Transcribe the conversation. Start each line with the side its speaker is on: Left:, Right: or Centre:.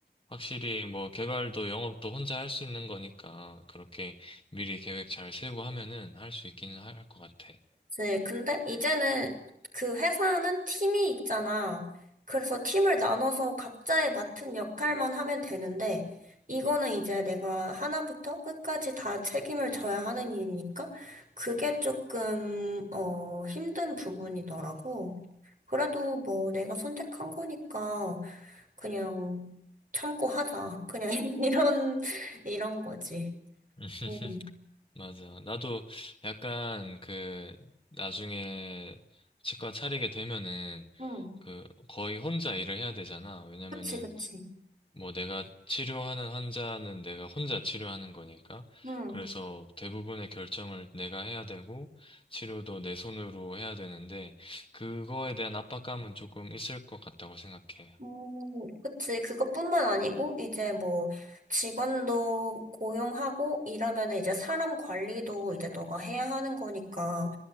Left: 확실히 뭐 개발도 영업도 혼자 할 수 있는 거니까 그렇게 미리 계획 잘 세우고 하면은 할 수 있기는 할 것 같아.
Right: 네, 근데 이제는 그 회사는 팀이 있잖아. 그래서 팀을 나눠서 각자의 맡은 역할만 하면 되는데, 이거는 이제 내가 하나부터 끝까지 다 책임을 져야 하는 일이니까, 그게 조금, 어, 힘든 부분이더라고. 그래도 뭐 내가 선택한 거니까, 그냥 참고 하자. 그냥 <laughs> 이런, 이런 거지.
Left: <laughs>
Right: 응.
Left: 맞아. 나도 약간 그 나중에 치과 차리게 되면은
Right: 응.
Left: 그 거의 혼자 일을 해야 되잖아. 왜냐면은
Right: 그치, 그치.
Left: 뭐 내가 치료하는 환자는 내가 혼자 치료하는 거니까.
Right: 응.
Left: 그래서 대부분의 결정을 내가 해야 되고 치료도 내 손으로 해야 되는데 그거에 대한 압박감은 조금 있을 것 같다고 생각해.
Right: 음, 그치. 그것뿐만 아니고, 이제 뭐, 직원도 고용하고, 이러면 이제 사람 관리도 이제 너가 해야 하는 거니까,